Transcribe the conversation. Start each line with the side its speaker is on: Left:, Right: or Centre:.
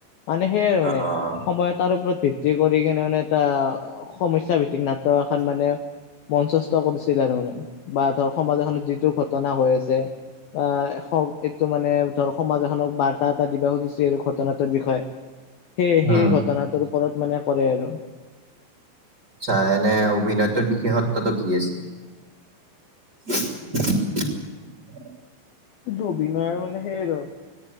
Left: মানে সেইয়ে আৰু
Right: অ'
Left: মানে,
Right: অ'
Left: সময় এটাৰ ওপৰত ভিত্তি কৰি কেনে মানে এটা সমস্যা ভিত্তিক নাটক এখন মানে মঞ্চস্থ কৰিছিল আৰু মানে, বা ধৰ সমাজ এখনত যিটো ঘটনা হৈ আছে আ এখন এইটো মানে ধৰ সমাজ এখনক বাৰ্তাত কিবা সুধিছিল ঘটনাটোৰ বিষয়ে, সেয়ে
Right: উম,
Left: সেই ঘটনাটোৰ ওপৰত মানে কৰে আৰু।
Right: আচ্ছা, এনে অভিনয়টোৰ বিশেষত্বটো কি আছিল? <inaudible>
Left: এইটো অভিনয় মানে সেই আৰু